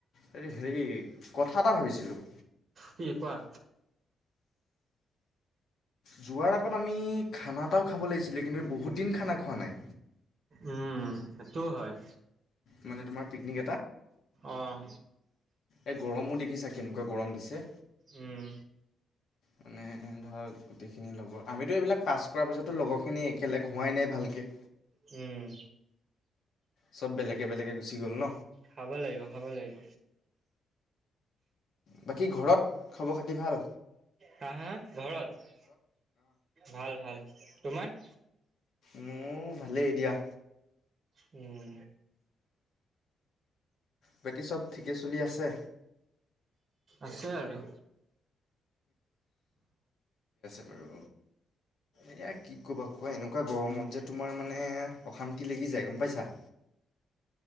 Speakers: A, on the left (about 55°); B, on the right (about 30°).
A: হ হেৰি কথা এটা ভাবিছলো।
B: কি কোৱা?
A: যোৱাৰ আগত আমি খানা এটাও খাব লাগিছিলে কিন্তু বহুত দিন খানা খোৱা নাই।
B: উম সেইটোও হয়।
A: মানে তোমাৰ পিকনিক
B: অঁ।
A: এ গৰমো দেখিছা কেনেকুৱা গৰম দিছে?
B: উম
A: মানে মানে ধৰক গোটেইখিনি লগৰ, আমিতো এইবিলাক পাছ কৰাৰ পিছতো লগৰখিনি একেলগ হোৱাই নাই ভালকে।
B: উম
A: চব বেলেগে বেলেগে গুচি গ'ল ন?
B: খাব লাগিব খাব লাগিব।
A: বাকী ঘৰত খবৰ খাতি ভাল
B: হাঁ হাঁ, ঘৰত? ভাল ভাল, তোমাৰ?
A: মোৰো ভালেই দিয়া।
B: উম।
A: বাকী চ'ব ঠিকে চলি আছে?
B: আছে আৰু।
A: আৰু এয়া কি ক'বা কোৱা এনেকুৱা গৰমত যে তোমাৰ মানে অখাম্তি লাগি যায় গম পাইছা।